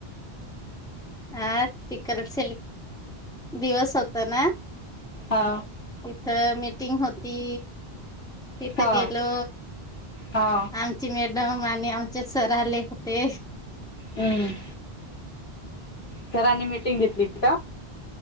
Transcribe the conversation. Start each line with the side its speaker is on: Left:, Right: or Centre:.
Centre: हा चिकल <inaudible> दिवस होता ना.
Left: हा
Centre: तिथं मीटिंग होती. तिथं
Left: हा
Centre: गेलो.
Left: हा
Centre: आमची मे एकदम आणि आमचे सर आले होते.
Left: हम्म. सरांनी मीटिंग घेतली होती